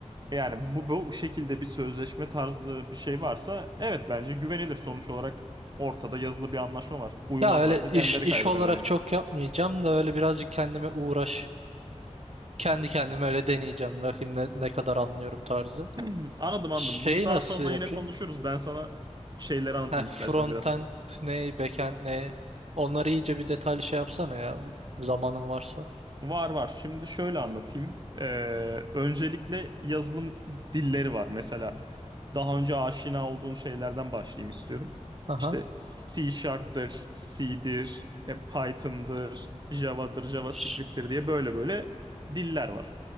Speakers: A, on the right (about 35°); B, on the right (about 60°).
A: Yani bu, bu şekilde bir sözleşme tarzı bir şey varsa evet bence güvenilir sonuç olarak ortada yazılı bir anlaşma var. Uymazlarsa
B: Ya öyle iş
A: kendileri
B: iş
A: kaybederler
B: olarak
A: yani.
B: çok yapmayacağım da öyle birazcık kendime uğraş. Kendi kendime öyle deneyeceğim. Bakayım ne, ne kadar anlıyorum tarzı.
A: <clears throat> Anladım anladım.
B: Şeyi
A: Bunu daha
B: nasıl
A: sonra
B: yapayım?
A: yine konuşuruz. Ben sana şeyleri anlatayım
B: Heh, frontend
A: istersen biraz.
B: ne, backend ne? Onları iyice bir detaylı şey yapsana ya. Zamanın varsa.
A: Var var. Şimdi şöyle anlatayım. Ee, öncelikle yazılım dilleri var. Mesela daha önce aşina olduğun şeylerden başlayayım istiyorum.
B: Aha.
A: İşte C Sharp'tır, C'dir, e, Python'dır, Java'dır, JavaScript'tir
B: Ş-
A: diye böyle böyle diller var.